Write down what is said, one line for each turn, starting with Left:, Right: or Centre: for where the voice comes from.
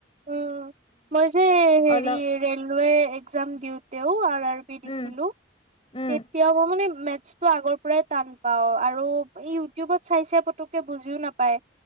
Right: উম মই যে হেৰি
Left: অলপ
Right: ৰেলৱে এক্জাম দিওঁতেও আৰু আৰু পি
Left: উম
Right: দিছিলো।
Left: উম।
Right: তেতিয়াও মই মানে মেথছটো আগৰ পৰাই টান পাওঁ আৰু ইউটিউবত চাইছে পতুককে বুজিও নাপাওঁ। পাই